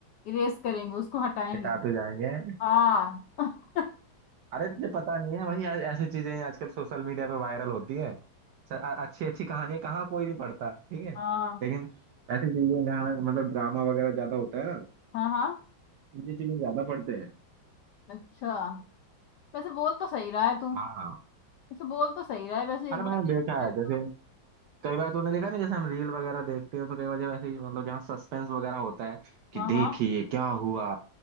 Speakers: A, on the left (about 75°); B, on the right (about 70°).
A: इरेज करेंगे उसको हटाएंगे
B: दिखाते जाएंगे
A: हाँ <laughs>
B: अरे तुझे पता नहीं है भाई ऐ- ऐसी चीजें ही आजकल सोशल मीडिया पे वायरल होती है स- अ- अच्छी अच्छी कहानी कहाँ कोई नहीं पढ़ता ठीक है
A: हाँ
B: लेकिन ऐसी चीजें जहाँ मतलब ड्रामा वगैरह ज्यादा होता है ना
A: हाँ हाँ
B: ये चीजें ज्यादा पढ़ते हैं
A: अच्छा वैसे बोल तो सही रहा है तू
B: हाँ हाँ।
A: वैसे बोल तो सही रहा है वैसे
B: अरे
A: एक बार
B: मैंने
A: देखा
B: देखा है
A: जाए तो
B: जैसे कई बार तूने देखा नहीं जैसे हम रील वगैरह देखते हो तो कई बार जब ऐसे ही, मतलब जहाँ सस्पेंस वगैरह होता है कि
A: हाँ हाँ
B: देखिए क्या हुआ